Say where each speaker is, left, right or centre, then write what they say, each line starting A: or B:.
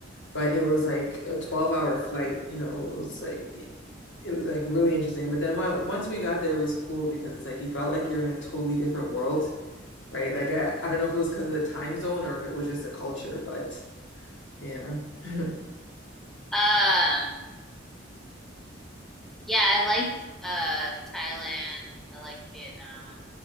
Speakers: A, on the left; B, in the centre.
A: but it was like a 12 hour flight, you know, it was like it was like really interesting. But then when, once we got there, it was cool because it's like you felt like you're in a totally different world, right? Like I, I don't know if it was because of the time zone or if it was just the culture, but yeah. <laughs>
B: Um, yeah, I liked uh, Thailand. I liked Vietnam.